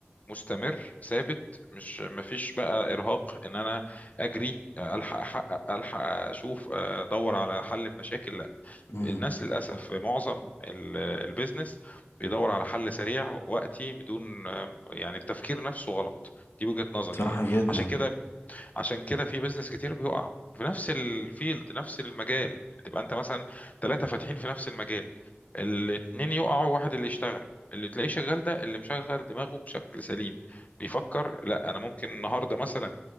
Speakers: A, on the left; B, on the left.
A: مستمر ثابت مش مفيش بقى ارهاق ان انا اجري الحق احقق الحق اشوف آه، ادور على حل المشاكل لا
B: امم
A: الناس للاسف في معظم ال- البيزنس بيدور على حل سريع وقتي بدون يعني التفكير نفسه غلط دي وجهة نظري
B: صح
A: يعني
B: جدا
A: عشان كده عشان كده في بيزنس كتير بيقع في نفس الفيلد نفس المجال تبقى انت مثلا ثلاثة فاتحين في نفس المجال الاتنين يقعوا واحد اللي يشتغل اللي تلاقيه شغال ده اللي مشغل دماغه بشكل سليم بيفكر لا انا ممكن النهارده مثلا